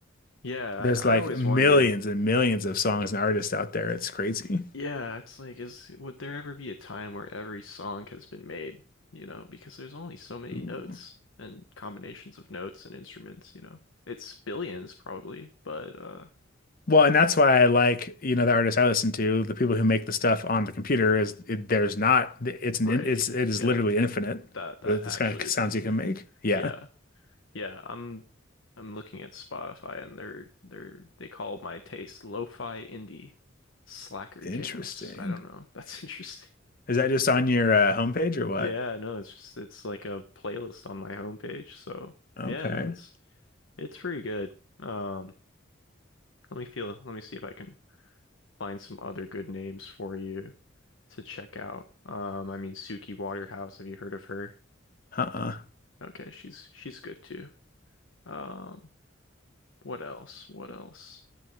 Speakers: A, on the left (about 75°); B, on the left (about 45°).
A: Yeah, I,
B: There's
A: I
B: like
A: always
B: millions
A: wonder.
B: and millions of songs and artists out there. It's crazy.
A: Yeah, it's like, is would there ever be a time where every song has been made, you know, because there's only so many
B: Ooh.
A: notes and combinations of notes and instruments, you know. It's billions probably, but uh
B: Well, and that's why I like, you know, the artists I listen to, the people who make the stuff on the computer is it, there's not, it's
A: right.
B: an, in- it's, it is
A: Yeah.
B: literally infinite.
A: That that
B: The, this
A: actually
B: kind of
A: is
B: sounds
A: infinite.
B: you can make. Yeah.
A: Yeah. Yeah, I'm I'm looking at Spotify and they're they're they call my taste lo-fi indie slacker jams.
B: Interesting.
A: I don't know. That's <laughs> interesting.
B: Is that just on your uh, homepage or what?
A: Yeah, no, it's just it's like a playlist on my homepage. So
B: Okay.
A: yeah, no, it's it's pretty good. Um, let me feel, let me see if I can find some other good names for you to check out. Um, I mean Suki Waterhouse, have you heard of her?
B: Uh-uh.
A: Okay, she's she's good too. Um, what else? What else?